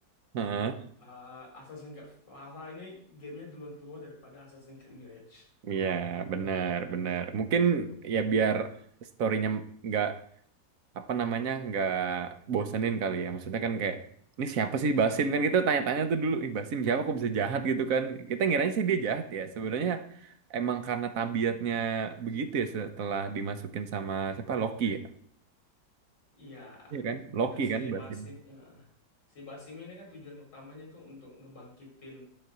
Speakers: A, on the right; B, on the left.
A: Heeh.
B: Eh, Assassin's Creed Valhalla ini gamenya duluan keluar daripada Assassin's Creed Mirage.
A: Iya, benar, benar. Mungkin ya biar storynya nggak apa namanya nggak bosenin kali ya maksudnya kan kayak ini siapa sih Basim kan kita tanya-tanya tuh dulu ih Basim siapa kok bisa jahat gitu kan kita ngiranya sih dia jahat ya sebenarnya emang karena tabiatnya begitu ya setelah dimasukin sama siapa Loki ya
B: Iya,
A: iya kan Loki
B: kan si
A: kan Basim
B: Basim, eh, si Basim ini kan tujuan utamanya tuh untuk ngebangkitin